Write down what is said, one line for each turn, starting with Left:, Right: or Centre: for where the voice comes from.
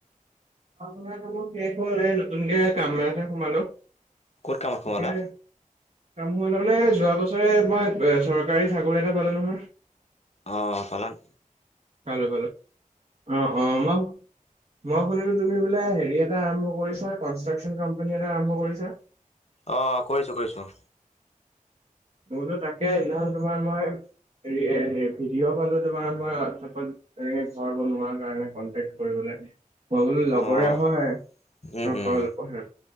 Right: পঢ়া শুনাটো মোৰ শেষ হ'ল এই নতুনকে কাম এটাতহে সোমালো।
Left: ক'ত কামত সোমালা
Right: <unintelligible> কাম সোমালোঁ মানে যোৱা বছৰে মই চৰকাৰী চাকৰি এটা পালো নহয়।
Left: অ' পালান
Right: পালোঁ - পালোঁ, অ'-অ' মই মই শুনিলো তুমি বোলে হেৰি এটা আৰম্ভ কৰিছা কনষ্ট্ৰাকচন কম্পানী এটা আৰম্ভ কৰিছা।
Left: অ' কৰিছোঁ-কৰিছো।
Right: মই বুলো তাকে সেইদিনাখন তোমাৰ মই হেৰি এ ভিডিঅ' পালো তোমাৰ মই হোৱাটছএপত। তেনেকে ঘৰ বনোৱা। কাৰণে কণ্টেক্ট কৰিব, মই বোলো লগৰে
Left: অঁ
Right: হয়
Left: উম উম